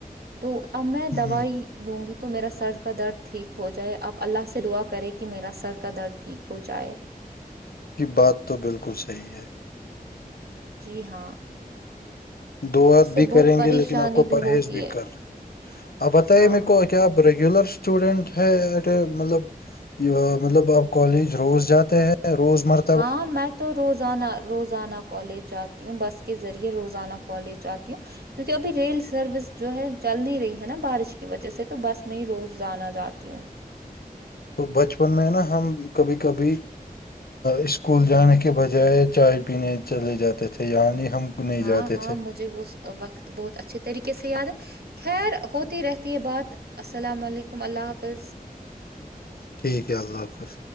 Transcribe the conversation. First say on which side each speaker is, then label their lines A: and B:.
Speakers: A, on the right (about 85°); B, on the left (about 75°).
A: تو اب میں دوائی
B: ہوں،
A: لوں گی تو میرا سر کا درد ٹھیک ہو جائے آپ اللہ سے دعا کریں کہ میرا سر کا درد ٹھیک ہو جائے
B: یہ بات تو بالکل صحیح ہے
A: جی ہاں
B: دعات
A: اس سے
B: بھی
A: بہت
B: کریں
A: پریشانی
B: گے لیکن آپ کو پرہیز
A: ہوتی
B: بھی
A: ہے
B: کر رہے ہیں آپ بتائیے
A: ہاں
B: میرے کو کیا آپ ریگولر اسٹوڈینٹ ہے ایٹ ا مطلب یہ مطلب اب کالج روز جاتے ہیں روز مر
A: ہاں میں تو روزانہ روز روزانہ کالج جاتی ہوں بس کے ذریعے روزانہ کالج جاتی ہوں کیونکہ ابھی ریل سروس جو ہے چل نہیں رہی ہے نا بارش کی وجہ سے تو بس میں ہی روز جانا جاتی ہوں
B: تو بچپن میں نا ہم کبھی کبھی اسکول جانے کے بجائے چائے پینے چلے جاتے تھے یعنی ہم نہیں
A: ہاں
B: جاتے
A: ہاں
B: تھے
A: مجھے وہ وقت بہت اچھے طریقے سے یاد ہے خیر ہوتی رہتی ہے بات السلام علیکم اللہ حافظ
B: ٹھیک ہے اللہ حافظ